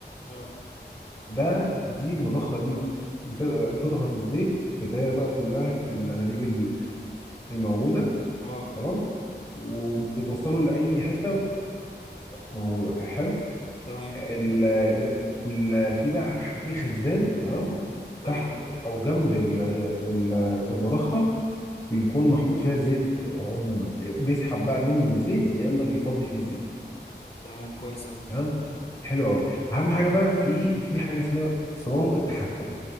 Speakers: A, on the left (about 35°); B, on the left (about 15°).
A: اه
B: ده دي المضخه دي بت- بتضغط الزيت في الدايره بقى كلها في الانابيب ال- الموجوده
A: اه
B: تمام وبتوصله لاي حته موجوده حلو
A: تمام
B: ال ال ال في بقى ح- في خزان تمام
A: تمام
B: تحت او جنب ال- ال- المضخه بيكون محطوط فيها زيت عموما بيسحب بقى منه الزيت يا اما بيفضي فيه الزيت
A: تمام كويس قوي
B: تمام حلو قوي اهم حاجه بقى في في حاجه اسمها صمام التحكم